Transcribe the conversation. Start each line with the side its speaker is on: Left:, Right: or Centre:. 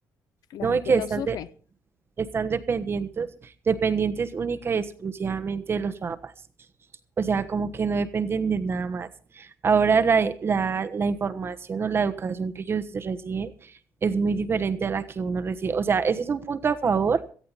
Left: la
Right: no,
Left: gente
Right: y que
Left: no
Right: están,
Left: surge.
Right: de- están dependientes, dependientes única y exclusivamente de los papás. O sea, como que no dependen de nada más. Ahora la, e, la, la información o la educación que ellos reciben es muy diferente a la que uno recibe. O sea, ese es un punto a favor